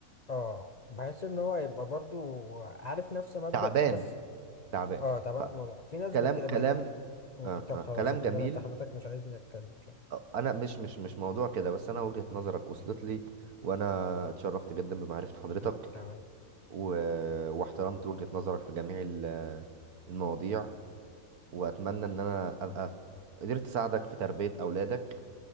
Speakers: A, on the left; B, on the right.
A: اه بحس ان هو يبقى برضو عارف نفس مبدأ
B: تعبان
A: في ناس
B: تعبان
A: اه طبعا
B: ف-
A: في موضوع في ناس
B: كلام
A: بت... ب...
B: كلام آه
A: طب
B: آه
A: خلاص
B: كلام
A: يا فندم
B: جميل
A: انت حضرتك مش عايزني اتكلم شكلك.
B: آه، انا مش مش مش موضوع كده بس انا وجهة نظرك وصلت لي وانا اتشرفت جدا بمعرفة حضرتك
A: <laughs> تمام
B: و... واحترمت وجهة نظرك في جميع ال- المواضيع واتمنى ان انا ابقى قدرت اساعدك في تربية اولادك